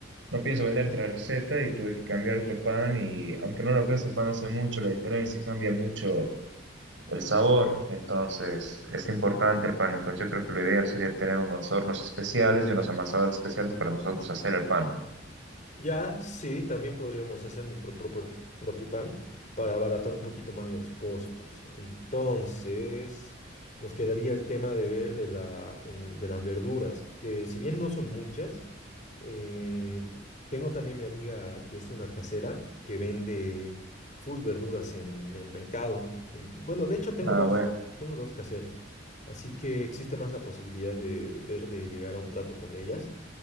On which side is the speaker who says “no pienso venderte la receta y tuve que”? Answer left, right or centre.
Right